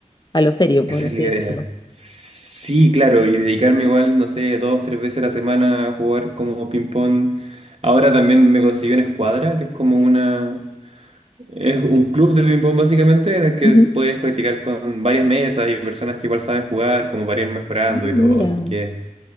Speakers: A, on the left (about 35°); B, on the right (about 55°).
A: a lo serio,
B: Esa
A: por así
B: es la idea.
A: decirlo.
B: Sí, claro, y dedicarme igual, no sé, dos, tres veces a la semana a jugar como ping-pong. Ahora también me conseguí una escuadra, que es como una... Es un club de ping-pong básicamente, en el que
A: Ujú.
B: puedes practicar con varias mesas y personas que igual saben jugar, como para ir mejorando
A: Ah,
B: y
A: mira,
B: todo. Así que